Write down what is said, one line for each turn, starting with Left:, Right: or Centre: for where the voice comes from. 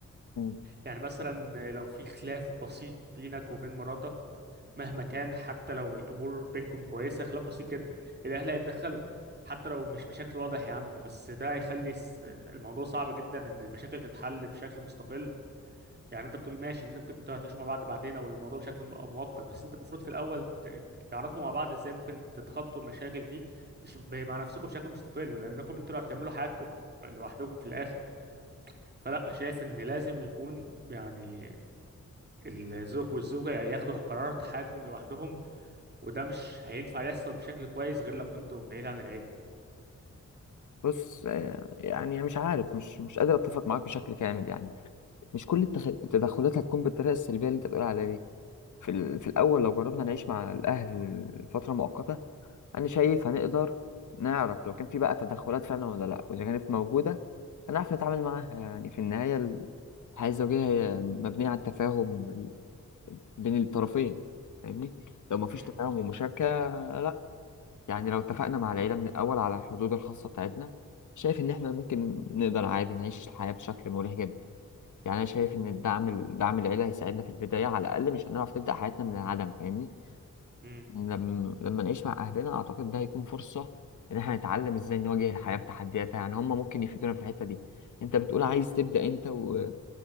Left: مم.
Right: يعني مثلا لو في خلاف بسيط بينك وبين مراتك مهما كان حتى لو الامور بينكم كويسه خلاف بسيط جدا الاهل هيتدخلوا حتى لو مش بشكل واضح يا عم بس ده هيخلي الس- الموضوع صعب جدا ان المشاكل تتحل بشكل مستقل يعني انت بتقول ماشي انك انتوا هتعيشوا مع بعض بعدين او الموضوع بشكل مؤ- مؤقت بس انت المفروض في الاول ت- تعرفوا مع بعض ازاي ممكن تتخطوا المشاكل دي مش ب- مع نفسكم بشكل مستقل لانكم انتوا اللي هتكملوا حياتكم لوحدكم في الاخر فلا شايف ان لازم يكون يعني الزوج والزوجة ياخدوا قرارات حياتهم لوحدهم وده مش هينفع يحصل بشكل كويس غير لو كنتوا بعيد عن العيلة
Left: بص آه، يعني مش عارف مش مش قادر اتفق معاك بشكل كامل يعني مش كل التخ- التدخلات هتكون بالطريقه السلبيه اللي انت بتقول عليها دي في ال- في الاول لو جربنا نعيش مع الاهل فتره مؤقته انا شايف هنقدر نعرف لو كان في بقى تدخلات فعلا ولا لا واذا كانت موجوده هنعرف نتعامل معاها يعني في النهايه ال- الحياه الزوجيه هي مبنيه على التفاهم بين الطرفين فاهمني لو ما فيش
Right: مم.
Left: تفاهم ومشاركه لا يعني لو اتفقنا مع العيله من الاول على الحدود الخاصه بتاعتنا شايف ان احنا ممكن نقدر عادي نعيش الحياه بشكل مريح جدا يعني انا شايف ان الدعم دعم العيله هيساعدنا في البدايه على الاقل مش هنعرف نبدا حياتنا من العدم فاهمني
Right: مم.
Left: لما لما نعيش مع اهلنا اعتقد ده هيكون فرصه ان احنا نتعلم ازاي نواجه الحياه بتحدياتها يعني هم ممكن يفيدونا في الحته دي انت بتقول
Right: مم.
Left: عايز تبدا انت وتبدا